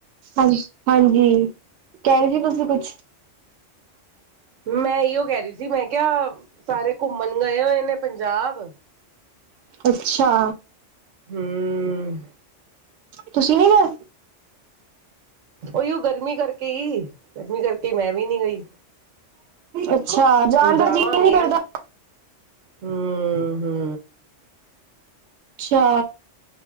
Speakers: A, on the right; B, on the right.
A: ਹਾਂਜੀ, ਹਾਂਜੀ, ਕਹਿ ਰਹੇ ਸੀ ਤੁਸੀਂ ਕੁਛ?
B: ਮੈਂ ਇਹੋ ਕਹਿ ਰਹੀ ਸੀ ਮੈਂ ਕਿਹਾ, ਸਾਰੇ ਘੁੰਮਣ ਗਏ ਹੋਏ ਨੇ ਪੰਜਾਬ।
A: ਅੱਛਾ।
B: ਹੂੰ। ਹੂੰ।
A: ਤੁਸੀਂ ਨੀ ਗਏ?
B: ਉਹੀਓ ਗਰਮੀ ਕਰਕੇ ਈ, ਗਰਮੀ ਕਰਕੇ ਮੈਂ ਵੀ ਨੀ ਗਈ।
A: ਅੱਛਾ ਜਾਣ
B: ਹੁਣ ਜਾਵਾਂਗੇ
A: ਦਾ ਜੀਅ ਨੀ ਕਰਦਾ।
B: ਹੂੰ ਹੂੰ
A: ਅੱਛਾ।